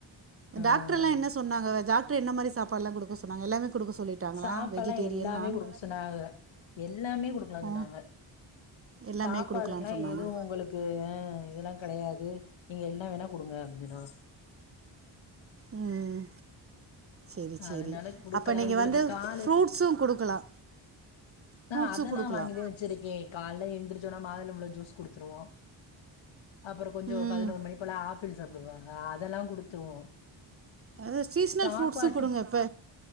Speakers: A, on the left (about 70°); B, on the right (about 30°).
A: ம்
B: டாக்டர்லா என்ன சொ சொன்னாங்க டாக்ட்ரு என்ன மாரி சாப்பாடெல்லா குடுக்க சொன்னாங்க எல்லாமே கொடுக்க சொல்லிட்டாங்களா
A: சாப்பாடெல்லா
B: வெஜிடேரியன்
A: எல்லாமே
B: நான்
A: குடுக்க சொன்னாங்க எல்லாமே குடுக்கலானு
B: ஓ
A: சொன்னாக
B: எல்லாமே
A: சாப்பாடு
B: கொடுக்கலான்னு
A: கெல்லா
B: சொன்னாங்க
A: எது உங்களுக்கு இ இதெல்லா கிடையாது நீங்க என்ன வேணா குடுங்க அப்படின்னா
B: உம் சேரி சேரி
A: அதனால குடுக்கலா
B: அப்போ நீங்க
A: இவளுக்கு
B: வந்து
A: காலு
B: ஃப்ரூட்ஸு குடுக்கலா ஃப்ரூட்சு
A: ஆ அதெல்லா
B: குடுக்கலா
A: வாங்கிதே வச்சிருக்கே கால்ல எந்திரிச்சோனா மாதுளம்பழ ஜூஸ் குடுத்துருவோ அப்புற கொஞ்ச
B: ம்
A: ஒரு பதினோரு மணி போல ஆப்பிள் சாப்டுவாங்க அதெல்லா குடுத்துருவோ
B: அதா சீஸ்னல்
A: சாப்பாட்டு
B: ஃப்ரூட்சு குடுங்க இப்ப